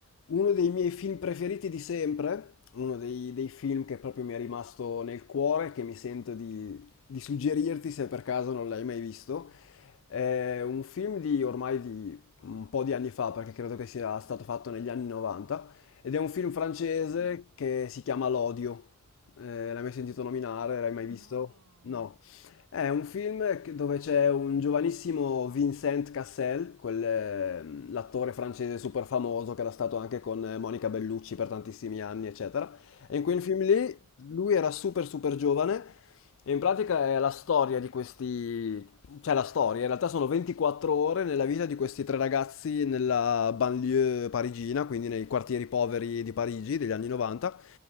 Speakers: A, on the left; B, on the right.
A: Uno dei miei film preferiti di sempre, uno dei, dei film che proprio mi è rimasto nel cuore, che mi sento di, di suggerirti se per caso non l'hai mai visto, è un film di ormai di un po' di anni fa, perché credo che sia stato fatto negli anni 90, ed è un film francese
B: Mhm.
A: che si chiama L'Odio. Eh, l'hai mai sentito nominare? L'hai mai
B: No,
A: visto? No. È un film che- dove c'è un giovanissimo Vincent Cassel, quel, ehm, l'attore francese super famoso che era stato anche con eh, Monica Bellucci per tantissimi anni, eccetera. E in quel
B: ok.
A: film lì lui era super super giovane e in pratica è la storia di questi c'è la storia, in realtà sono 24 ore nella vita di questi tre ragazzi nella banlieue parigina, quindi nei quartieri poveri di Parigi degli anni 90,